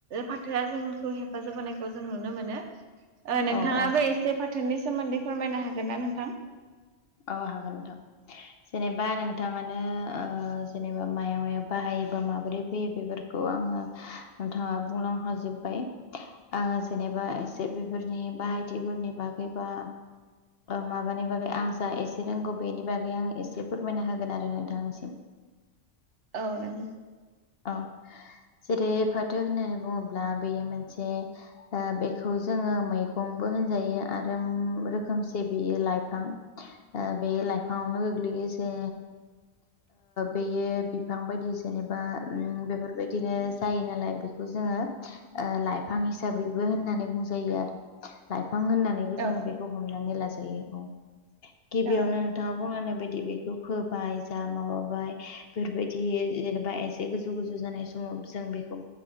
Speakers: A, on the right (about 70°); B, on the left (about 55°).
A: फाथोआ जोंखौ हेफाजाब होनाय खौ जों नुनो मोनो नोंथाङाबो
B: औ औ
A: एसे फाथोनि सोमोन्दै फोरमायनो हागोन ना नोंथां?
B: औ हागोन नोंथां। जेनेबा नोंथाङानो जेनेबा मायाव मायाव बाहायोबा माबोरै फैयो बेफोरखौ खौ आङो नोंथाङा बुंलां हाजोब्बाय आङो जेनेबा एसे बेफोरनि ब आायदिफोरनि बागैबा माबानि बागै आं जा एसे रोंगौ बेनि बागै आं एसे फोरमायना होगोन आरो नोंथांनिसिम
A: औ नोंगौ।
B: औ जेरै फाथो होननानै बुङोब्ला बेयो मोनसे बेखौ जोङो मैगंबो होनजायो आरो रोखोमसे बियो लाइफां बे लाइफा आनो बेगलि गैसे बेयो बिफां बायदि जेनेबा बेफोरबायदिनो जायो नालाय बेखौ जोङो लाइफां हिसाबैबो होननानै बुंजायो आरो लाइफां होननानै
A: औ
B: जोो बेखौ हमनानै लाजायो गिबियावनो
A: औ
B: नथाङा बुंलांनाय बायदि बेखौ फोबाय जा माबाबाय बेफोरबायदि जेनेबा ए ज गोजौ गोजु जानाय समाव जों बेखौ